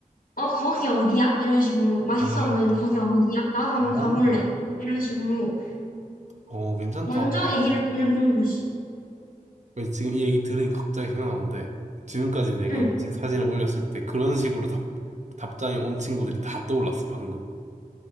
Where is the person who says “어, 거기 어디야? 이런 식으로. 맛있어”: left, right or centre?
Left